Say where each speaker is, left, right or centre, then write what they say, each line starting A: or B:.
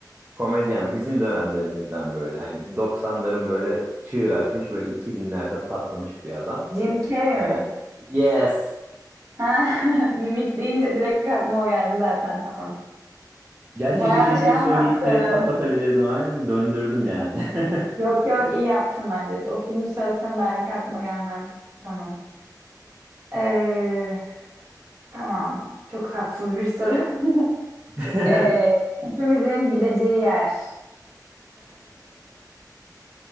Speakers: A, on the right; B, on the right.
A: Komedyen bizim dönemlerimizden böyle. Hani doksanların böyle çığır açmış. Böyle iki binlerde patlamış bir adam.
B: Jim Carrey
A: Ee,
B: mi?
A: yes.
B: Ha, <laughs> mimik deyince direkt aklıma o geldi zaten tamam.
A: Gerçi
B: Bayağı
A: bir filmini
B: şey anlattın.
A: söyleyip direkt kapatabilirdim. Aynen döndürdüm yani. <laughs>
B: Yok yok iyi yaptın bence. O filmi söylesem belki aklıma gelmez. Tamam. Ee, tamam. Çok tatsız bir soru. <laughs>
A: <laughs>
B: Ee, hepimizin gideceği yer.